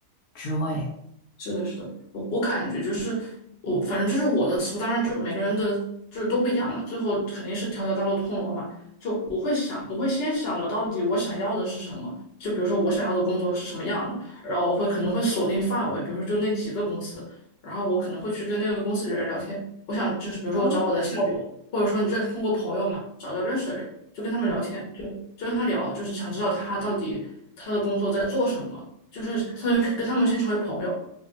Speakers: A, on the left (about 80°); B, on the left (about 45°).
A: 职位。
B: 是的，是的，我我感觉就是我，反正就是我的思路，当然就每个人的就是都不一样嘛，最后肯定是条条大路通罗马。就我会想，我会先想我到底我想要的是什么，就比如说我想要的工作是什么样的，然后我会可能会锁定范围，比如说就那几个公司，然后我可能会去跟那个公司的人聊天，我想就是比如说我找我的校友，
A: 哦
B: 或者说你这通过朋友嘛找到认识的人，就跟他们聊天，就就跟他聊，就是想知道他到底他的工作在做什么，就是相当于跟他们先成为朋友。